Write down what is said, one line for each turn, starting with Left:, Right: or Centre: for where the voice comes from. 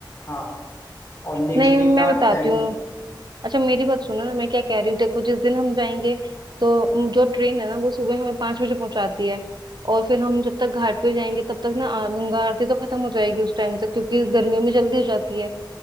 Left: हाँ और नेक्स्ट
Right: नहीं
Left: डे का
Right: मैं बताती
Left: टेम्प
Right: हूँ अच्छा मेरी बात सुनो ना मैं क्या कह रही हूँ देखो जिस दिन हम जाएंगे तो जो ट्रेन है ना वो सुबह हमें पाँच बजे पहुंचाती है और फिर हम जब तक घाट पे जाएंगे तब तक ना आ- गंगा आरती तो खत्म हो जाएगी उस टाइम तक क्योंकि गर्मियों में जल्दी हो जाती है